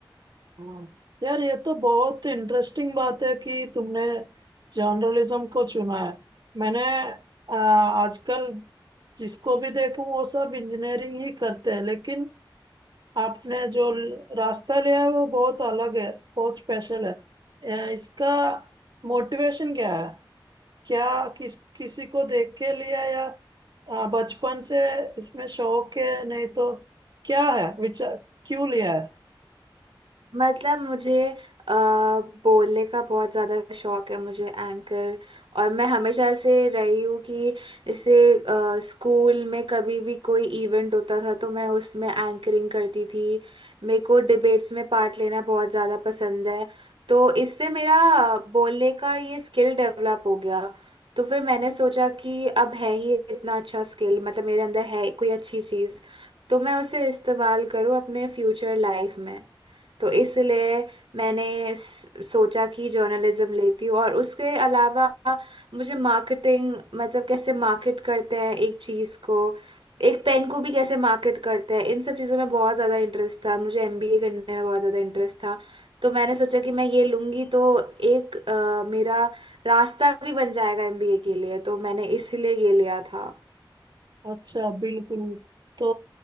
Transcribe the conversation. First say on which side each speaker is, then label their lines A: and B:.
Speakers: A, on the right; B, on the right.
A: हाँ यार ये तो बहुत इंटरेस्टिंग बात है कि तुमने जर्नलिज्म को चुना है मैंने आ, आजकल जिसको भी देखूं वो सब इंजीनियरिंग ही करते हैं लेकिन आपने जो ल- रास्ता लिया है वो बहुत अलग है बहुत स्पेशल है अ, इसका मोटिवेशन क्या है क्या किस किसी को देख के लिया या अ, बचपन से इसमें शौक है नहीं तो क्या है विचार क्यों लिया है
B: मतलब मुझे आ, बोलने का बहुत ज़्यादा शौक है मुझे एंकर और मैं हमेशा से रही हूँ कि जैसे अ, स्कूल में कभी भी कोई इवेंट होता था तो मैं उसमें एंकरिंग करती थी मेरे को डिबेट्स में पार्ट लेना बहुत ज़्यादा पसंद है तो इससे मेरा अ, बोलने का ये स्किल डेवलप हो गया तो फिर मैंने सोचा कि अब है ही इतना अच्छा स्किल मतलब मेरे अंदर है कोई अच्छी चीज़ तो मैं उसे इस्तेमाल करूँ अपने फ्यूचर लाइफ में तो इसलिए मैंने स- सोचा कि जर्नलिज्म लेती हूँ और उसके अलावा मुझे मार्केटिंग मतलब कैसे मार्केट करते हैं एक चीज़ को एक पेन को भी कैसे मार्केट करते हैं इन सब चीज़ों में बहुत ज़्यादा इंटरेस्ट था मुझे एमबीए करने में बहुत ज़्यादा इंटरेस्ट था तो मैंने सोचा कि मैं ये लूँगी तो एक अ, मेरा रास्ता भी बन जाएगा एमबीए के लिए तो मैंने इसलिए ये लिया था
A: अच्छा बिल्कुल तो